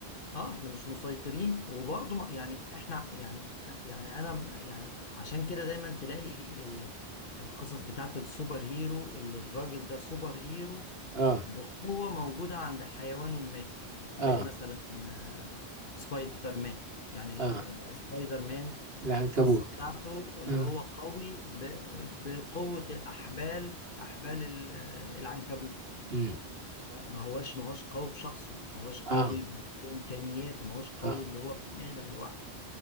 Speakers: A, on the left; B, on the right.
A: اه احنا مش مسيطرين وبرضه ما- يعني احنا يعني يعني انا يعني عشان كده دايما تلاقي ال- القصص بتاعت السوبر هيرو اللي الراجل ده سوبر هيرو
B: اه
A: بقوة موجودة عند حيوان ما زي
B: اه
A: مثلا آه، سبايدر مان يعني
B: اه
A: آه، سبايدر مان
B: العنكبوت
A: القصة بتاعته اللي
B: اه
A: هو قوي ب- بقوة الأحبال أحبال ال- العنكبوت
B: امم
A: ما هوش ما هوش قوي بشخصه ما هوش
B: اه
A: قوي بامكانياته ما هوش قوي
B: اه
A: اللي هو ابن ادم لوحده